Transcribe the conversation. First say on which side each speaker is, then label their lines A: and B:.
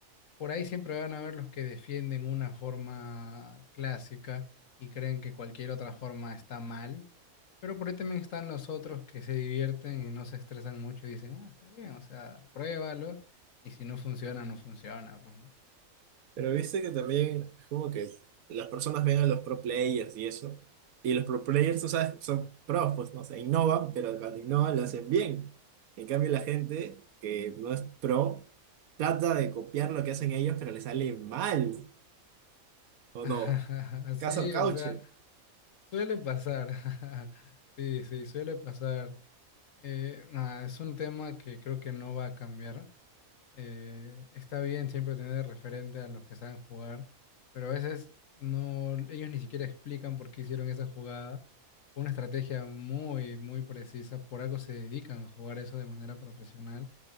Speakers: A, on the left (about 70°); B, on the right (about 80°).
A: Por ahí siempre van a haber los que defienden una forma clásica y creen que cualquier otra forma está mal. Pero por ahí también están los otros que se divierten y no se estresan mucho y dicen, ah, está bien, o sea, pruébalo. Y si no funciona, no funciona, pues, ¿no?
B: Pero viste que también es como que las personas ven a los pro players y eso. Y los pro players, tú sabes, son pros, pues no sé, innovan, pero cuando innovan lo hacen bien. En cambio, la gente que no es pro trata de copiar lo que hacen ellos, pero le sale mal, ¿o
A: <laughs>
B: no? Caso
A: Sí,
B: Cauche.
A: o sea. Suele pasar, <laughs> sí, sí, suele pasar. Eh, nada, es un tema que creo que no va a cambiar. Eh, está bien siempre tener referente a los que saben jugar, pero a veces no, ellos ni siquiera explican por qué hicieron esa jugada. Fue una estrategia muy, muy precisa, por algo se dedican a jugar eso de manera profesional.